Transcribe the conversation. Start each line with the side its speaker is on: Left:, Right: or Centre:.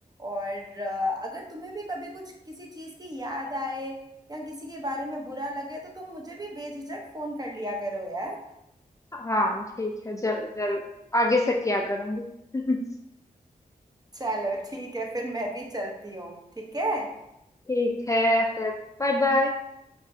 Right: और अ, अगर तुम्हें भी कभी कुछ किसी चीज़ की याद आए या किसी के बारे में बुरा लगे तो तुम मुझे भी बेझिझक फोन कर लिया करो यार
Left: हाँ ठीक है जरूर जरूर आगे से क्या करूंगी <laughs>
Right: चलो ठीक है फिर मैं भी चलती हूँ ठीक है
Left: ठीक है फिर बाय बाय